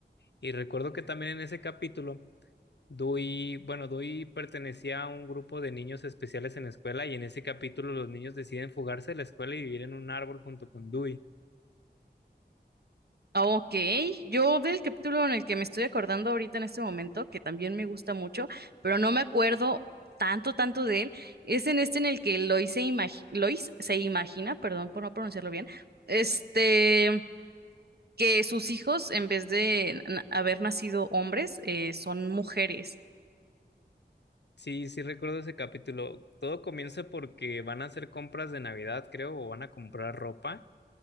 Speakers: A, on the left (about 70°); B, on the right (about 60°).
A: Y recuerdo que también en ese capítulo Dewey, bueno, Dewey pertenecía a un grupo de niños especiales en la escuela y en ese capítulo los niños deciden fugarse de la escuela y vivir en un árbol junto con Dewey.
B: Ok, yo del capítulo en el que me estoy acordando ahorita en este momento, que también me gusta mucho, pero no me acuerdo tanto, tanto de él, es en este en el que Lois se, imagi- Lois se imagina, perdón por no pronunciarlo bien, este, que sus hijos, en vez de na- haber nacido hombres, eh, son mujeres.
A: Sí, sí recuerdo ese capítulo. Todo comienza porque van a hacer compras de Navidad, creo, o van a comprar ropa